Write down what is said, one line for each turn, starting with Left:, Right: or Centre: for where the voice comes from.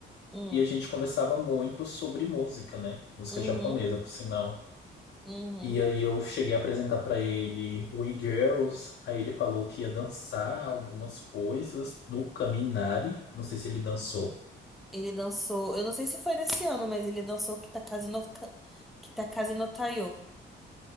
Centre: Hum,
Left: e a gente conversava muito sobre música, né? Música
Centre: uhum,
Left: japonesa, por sinal.
Centre: uhum.
Left: E aí eu cheguei a apresentar pra ele We Girls, aí ele falou que ia dançar algumas coisas no Caminari, não sei se ele dançou.
Centre: Ele dançou, eu não sei se foi nesse ano, mas ele dançou Kitakaze no, Ka- Kitakaze no Taiyo.